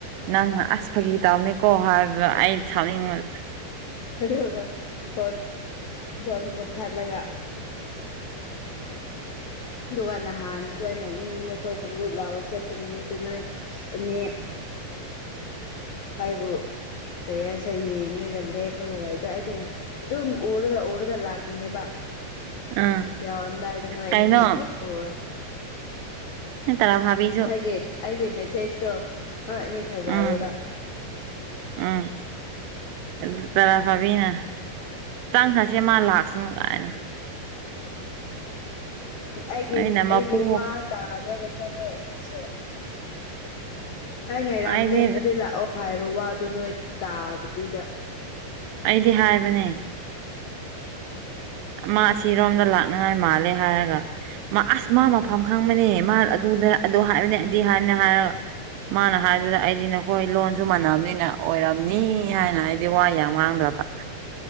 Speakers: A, on the right; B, on the left.
A: ꯅꯪꯅ ꯑꯁ ꯐꯥꯒꯤ ꯇꯧꯕꯅꯤꯀꯣ ꯍꯥꯏꯕꯗꯣ ꯑꯩ ꯁꯥꯎꯅꯤꯡꯕꯅ
B: ꯑꯗꯨꯒ ꯐꯣꯟ ꯐꯣꯟ ꯃꯨꯊꯠꯂꯒ ꯑꯗꯨꯒ ꯅꯍꯥꯟꯗꯨꯁꯨ ꯑꯩ ꯅꯣꯛꯅꯤꯡꯕꯅꯦ ꯑꯩꯈꯣꯏ ꯈꯨꯒꯨꯞ ꯂꯥꯎꯕ ꯆꯠꯄ ꯅꯨꯃꯤꯠꯇꯨ ꯅꯣꯏ ꯑꯅꯦ ꯍꯥꯏꯕꯨ ꯀꯔꯤ ꯍꯥꯏꯁꯤꯔ ꯌꯦꯡꯉꯒ ꯂꯦꯞꯔꯒ ꯂꯩꯗꯣ ꯑꯩꯗꯤꯅꯦ ꯑꯗꯨꯝ ꯎꯔꯒ ꯎꯔꯒ ꯂꯥꯛꯄꯅꯦꯕ
A: ꯎꯝ
B: ꯌꯥꯎꯔꯝꯗꯥꯏꯗ ꯅꯣꯏ
A: ꯀꯩꯅꯣ
B: ꯑꯅꯤꯅ ꯍꯦꯛ ꯎꯔ
A: ꯅꯣꯏ ꯇꯔꯥꯐꯥꯕꯤꯁꯨ
B: ꯑꯩꯒꯤ ꯑꯩꯒꯤ ꯃꯦꯁꯦꯖꯇꯣ ꯍꫭꯏ ꯑꯅꯤ ꯊꯥꯖꯩꯌꯦꯕ
A: ꯎꯝ ꯎꯝ ꯑꯗꯨ ꯇꯔꯥ ꯐꯥꯕꯤꯅ ꯆꯪꯈ꯭ꯔꯥꯁꯦ ꯃꯥ ꯂꯥꯛꯁꯅꯨ ꯀꯥꯏꯅ
B: ꯑꯩꯒꯤ
A: ꯑꯩꯅ ꯃꯄꯨ
B: ꯑꯩꯒꯤ ꯋꯥ ꯇꯥꯗ꯭ꯔꯥꯒ ꯀꯣ ꯅꯣꯏ ꯑꯅꯤꯁꯨ ꯑꯩ ꯉꯥꯏꯔꯝꯒꯦ
A: ꯑꯩꯗꯤ
B: ꯑꯗꯨꯗꯤ ꯂꯥꯛꯑꯣ ꯍꯥꯏꯕ ꯋꯥꯗꯨ ꯅꯣꯏ ꯇꯥꯗꯕꯤꯗ
A: ꯑꯩꯗꯤ ꯍꯥꯏꯕꯅꯦ ꯃꯥ ꯑꯁꯤꯔꯣꯝꯗ ꯂꯥꯛꯅꯤꯉꯥꯏ ꯃꯥꯜꯂꯦ ꯍꯥꯏꯔꯒ ꯃ ꯑꯁ ꯃꯥ ꯃꯐꯝ ꯈꯪꯕꯅꯦ ꯃꯥ ꯑꯗꯨꯗ ꯑꯗꯨ ꯍꯥꯏꯕꯅꯦ ꯑꯗꯨꯗꯤ ꯍꯥꯏꯕꯅꯦ ꯍꯥꯏꯔꯒ ꯃꯅꯥ ꯍꯥꯏꯗꯨꯗ ꯑꯩꯗꯤ ꯅꯈꯣꯏ ꯂꯣꯟꯁꯨ ꯃꯥꯟꯅꯕꯅꯤꯅ ꯑꯣꯏꯔꯝꯅꯤ ꯍꯥꯏꯅ ꯑꯩꯗꯤ ꯋꯥ ꯌꯥꯝ ꯉꯥꯡꯗ꯭ꯔꯥꯕ